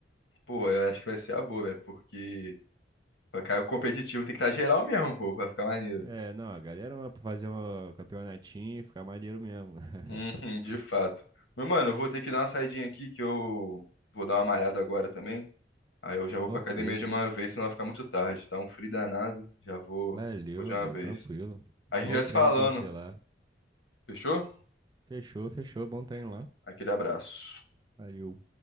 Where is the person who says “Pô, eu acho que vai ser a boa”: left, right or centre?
Left